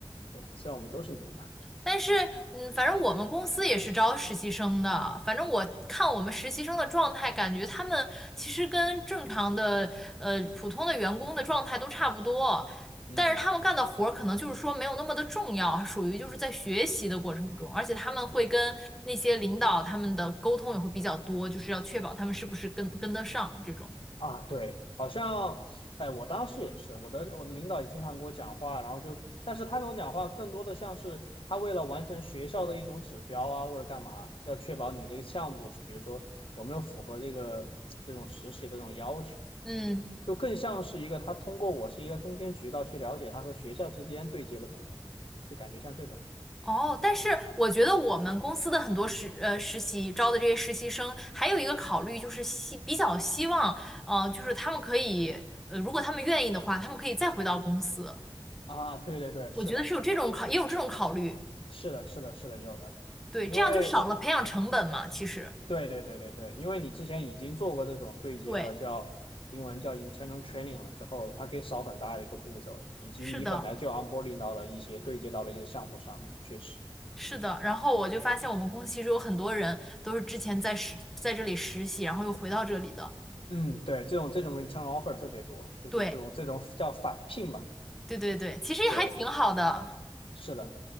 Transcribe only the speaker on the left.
对，虽然我们都是牛马。
嗯，
对
啊，对，好像，哎，我当时也是，我的我的领导也经常给我讲话，然后就，但是他那种讲话更多的像是他为了完成学校的一种指标啊，或者干嘛，要确保你这个项目比如说有没有符合这个这种实习的这种要求。
就更像是一个他通过我是一个中间渠道去了解他和学校之间对接的怎么样，就感觉像这种
啊，对对对，
是的，
是的，是的，是的，有的，
因为
对对对对对，因为你之前已经做过这种对接了，
叫英文叫 internal training 了之后，它可以少很大的一个步骤，以及你本来就
onboarding 到了一些对接到了一些项目上面，确实，
嗯，对，这种这种 return offer 特别多，就是这种这种叫返聘吧，
对对对，是的。